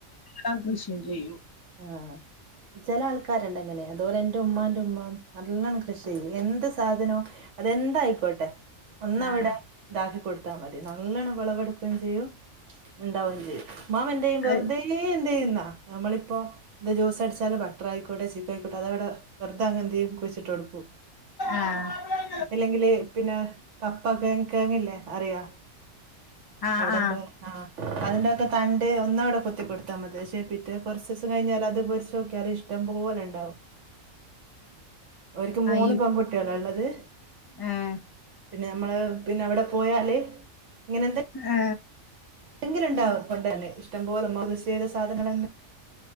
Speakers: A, on the left; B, on the right.
A: എല്ലാ കൃഷി ചെയ്യൂ
B: ആഹ് ചില ആൾക്കാരുണ്ട്ങ്ങനെ അതുപോലെ എന്റെ ഉമ്മാന്റെ ഉമ്മാ നല്ലണം കൃഷി ചെയ്യും എന്ത് സാധനോ അതെന്തായിക്കോട്ടെ ഒന്നാവിടെ
A: ആഹ്
B: ഇതാക്കി കൊടുത്താ മതി നല്ലണ്ണം വിളവെടുക്കയും ചെയ്യും ഉണ്ടാവുകയും ചെയ്യും മ്മാമ എന്ത ചെയ്യും വെറുതെ
A: അത്
B: എന്തു ചെയ്യുന്നാ നമ്മളിപ്പോ ഇ ജ്യൂസ് അടിച്ചാല് ബ ബട്ടർ ആയിക്കോട്ടെ ചിക്കു ആയിക്കോട്ടെ അത അവിടെ വെറുതാടെന്ത്ചെയ്യും കുഴിച്ചിട്ട് കൊടുക്കും.
A: ആഹ്
B: അല്ലെങ്കില് പിന്നെ കപ്പ കേയങ്ങ് കേയങ്ങില്ലേ അറിയോ
A: ആഹ്
B: അവിടെന്താ
A: ആഹ്
B: ആഹ അതിന്റെക്കെ തണ്ട് ഒന്നവിടെ കുത്തി കെടുത്താൽ മതി ശേ പിറ്റേന്ന് കുറച്ച് ദിവസം കഴിഞ്ഞാൽ അത്പൊരിച്ച് നോക്കിയാല് ഇഷ്ടം പോലെ ഉണ്ടാവും. ഒര്ക്ക് മൂന്ന്
A: ഈ
B: പെൺകുട്ടികള ഉള്ളത്?
A: ആഹ്
B: പിന്നെ നമ്മള് പിന്നെ അവിടെ പോയാല് ഇങ്ങനെ എന്ത
A: ഏ
B: എന്തെങ്കില ഉണ്ടാവും കൊണ്ട് തന്നെ ഇഷ്ടം പോലെ ഉമ്മാമ യൂസ് ചെയ്ത സാധനങ്ങൾ തന്നെ